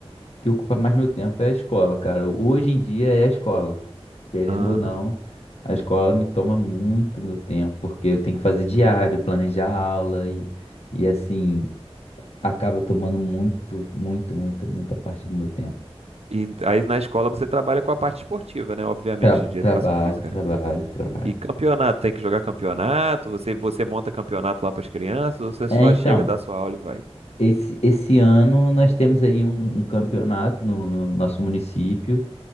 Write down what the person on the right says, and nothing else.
Aham.
E aí na escola você trabalha com a parte esportiva, né? Obviamente,
de
educação física,
né?
E campeonato, tem que jogar campeonato, você, você monta campeonato lá para as crianças, ou você
só
chega, dá sua aula e vai?